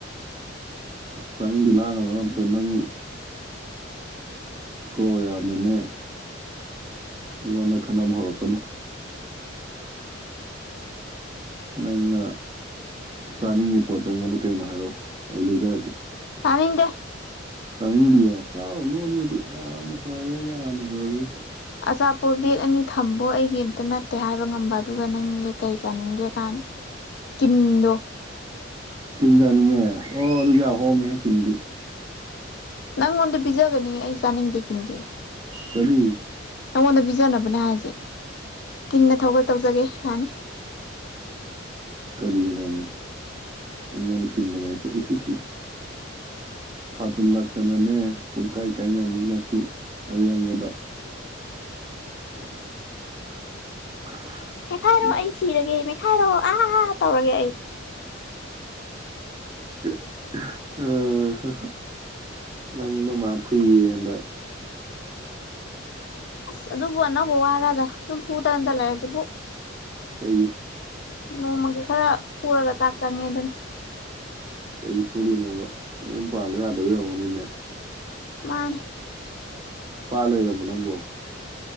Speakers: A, on the right; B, on the left.
A: ꯑꯁ ꯇꯅꯤꯡꯗꯦ ꯂꯥꯛꯒꯅꯣ ꯑꯝꯇ ꯅꯪ ꯀꯣ ꯌꯥꯝꯅꯅꯦ ꯑꯩꯉꯣꯟꯗ ꯈꯟꯅꯕ ꯍꯧꯔꯛꯀꯅꯨ ꯅꯪꯅ ꯆꯥꯅꯤꯡꯉꯤ ꯄꯣꯠꯇꯣ ꯑꯩꯉꯣꯟꯗ ꯀꯩꯅꯣ ꯍꯥꯏꯔꯛꯑꯣ ꯑꯩ ꯂꯩꯕꯤꯔꯛꯀꯦ
B: ꯇꯅꯤꯡꯗꯦ
A: ꯇꯅꯤꯡꯗꯤꯌꯦ ꯆꯥꯎꯔꯨꯅꯨ ꯗꯨꯗꯤ ꯌꯥꯝꯅ ꯐꯥꯔꯦ ꯌꯥꯝꯅ ꯐꯔꯦ
B: ꯑꯆꯥꯄꯣꯠ ꯕꯦꯛ ꯑꯅꯤ ꯊꯝꯕꯣ ꯑꯩꯒꯤ ꯑꯝꯇ ꯅꯠꯇꯦ ꯍꯥꯏꯕ ꯍꯥꯏꯕ ꯉꯝꯕ ꯑꯗꯨꯒ ꯅꯪꯅꯦ ꯀꯩ ꯆꯥꯅꯤꯡꯒꯦ ꯅ ꯀꯤꯟꯗꯣ
A: ꯀꯤꯟ ꯆꯥꯅꯤꯡꯉꯦ ꯑꯣ ꯗꯨꯗꯤ ꯌꯥꯝ ꯍꯣꯡꯉꯤꯍꯦ ꯀꯤꯟꯗꯤ
B: ꯅꯉꯣꯟꯗ ꯄꯤꯖꯒꯅꯤ ꯑꯩ ꯆꯥꯅꯤꯡꯗꯦ ꯀꯤꯟꯗꯤ
A: ꯀꯔꯤ
B: ꯅꯪꯉꯣꯟꯗ ꯄꯤꯖꯅꯕꯅꯦ ꯍꯥꯏꯖꯦ ꯀꯤꯟꯅ ꯊꯒꯜ ꯇꯧꯖꯒꯦ ꯌꯥꯅꯤ
A: ꯀꯔꯤꯒꯤꯅꯣꯃꯤ ꯑꯩꯉꯣꯟꯗ ꯀꯤꯟꯅꯒ ꯏꯁ ꯏꯁ ꯏꯁ ꯊꯥꯖꯜꯂꯛꯇꯅꯅꯦ ꯄꯨꯡꯀꯥꯏ ꯀꯥꯏꯅꯅꯤ ꯉꯁꯤ ꯑꯔꯦꯝꯕꯗ <inaudible>
B: ꯃꯦꯈꯥꯏꯔꯣ
A: ꯅꯪ
B: ꯑꯩ ꯁꯤꯔꯒꯦ ꯃꯦꯈꯥꯏꯔꯣ ꯑꯥꯥ ꯑꯥ ꯇꯧꯔꯒꯦ ꯑꯩ
A: <inaudible> ꯑꯥ ꯍꯥ ꯅꯪ ꯅꯣꯢꯃꯥ ꯐꯨꯢꯌꯦꯌꯦ ꯅ
B: ꯑꯁ ꯑꯗꯨꯕꯨ ꯑꯅꯧꯕ ꯋꯥꯔꯗ ꯑꯗꯨꯝ ꯐꯨꯗꯅꯗ ꯂꯩꯔꯖꯤꯕꯨ
A: ꯀꯩ
B: ꯅꯣꯡꯃꯒꯤ ꯈꯔ ꯐꯨꯔꯒ ꯆꯥꯛ ꯆꯪꯉꯦ ꯗꯨꯅꯤ
A: ꯀꯩꯒꯤ ꯐꯨꯗꯣꯢꯅꯣꯕ ꯅꯌꯨꯝ ꯄꯥꯜꯂꯣ ꯌꯥꯗꯕꯩ ꯑꯣꯢꯔꯝꯅꯤꯅꯦ
B: ꯃꯥꯅꯦ
A: ꯅꯨꯄꯥ ꯂꯩꯔꯕꯣ ꯅꯪꯕꯣ